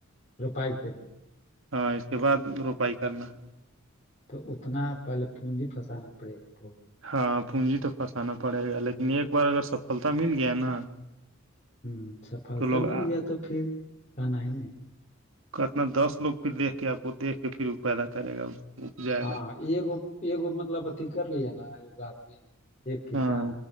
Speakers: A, on the left; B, on the right.
A: روپائی کریے
B: ہاں اس کے بعد روپائی کرنا ہے <unintelligible>
A: تو اتنا پہلے پونجی پھسانا پڑے گا بہت <unintelligible>
B: ہاں پونجی تو پھنسانا پڑے گا لیکن ایک بار اگر سفلتا مل گیا نا
A: ہوں سفلتا
B: تو لوگ
A: مل گیا تو پھر کہنا ہی نہیں
B: کتنا دس لوگ پھر دیک کے آپ کو دیکھ کے پھر پیدا کرے گا کو جائے
A: ہاںگ
B: گا
A: ایگ مطلب اھی کر لیا نا آدمی ایک کسان
B: ہاں